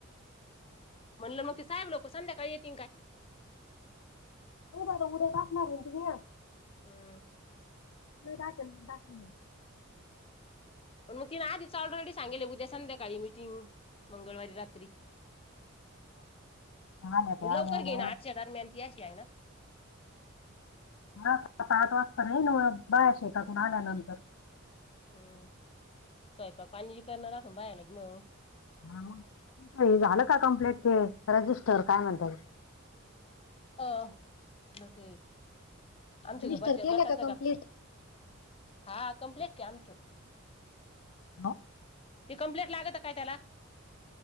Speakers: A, on the left; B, on the left.
A: म्हणलं मग ते साहेब लोक संध्याकाळी येतील काय
B: तेच आता उद्या टाकणार आहे <unintelligible>
A: हम्म.
B: <inaudible>
A: पण मग तिनं ऑलरेडी सांगितलं उद्या संध्याकाळी मिटिंग मंगळवारी रात्री
B: आल्या त्या
A: मग लवकर
B: आल्या आल्या.
A: घे ना आठच्या दरम्यान ती अशी आहे ना
B: हा सात आठ वाजता नाही बाया शेतातून आल्यानंतर
A: हम्म स्वयंपाक पाणी जी करणार आपण बाया <unintelligible>
B: हा मग हे झालं का कमप्लेट ते रजिस्टर काय म्हणताय
A: हा म ते आमच्या
B: रजिस्टर
A: बचत
B: केले
A: गटाच
B: कम्प्लीट
A: का हा कम्प्लीट की आमच
B: हो.
A: ती कमप्लेट लागत काय त्याला